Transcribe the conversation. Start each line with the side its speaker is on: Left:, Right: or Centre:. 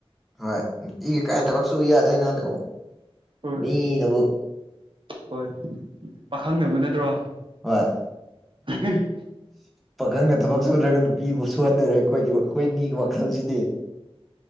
Centre: ꯍꯣꯏ ꯏ ꯀꯥꯏ ꯊꯕꯛꯁꯨ ꯌꯥꯗ ꯑꯣꯏ ꯅꯗ
Right: ꯍꯣꯏ
Centre: ꯃꯤ ꯅꯕꯨ
Right: ꯍꯣꯏ ꯄꯥꯈꯪꯅꯕ ꯅꯠꯇ꯭ꯔꯣ
Centre: ꯍ
Right: ꯑ
Centre: ꯄꯥꯈꯪꯅ ꯊꯕꯛ ꯁꯨꯗ꯭ꯔꯒ ꯅꯨꯄꯤꯕꯨ ꯁꯨꯍꯟꯗꯣꯏꯔꯦ ꯑꯩꯈꯣꯏꯗꯤ ꯑꯩꯈꯣꯏ ꯃꯤꯒꯤ ꯋꯥꯈꯜꯁꯤꯗꯤ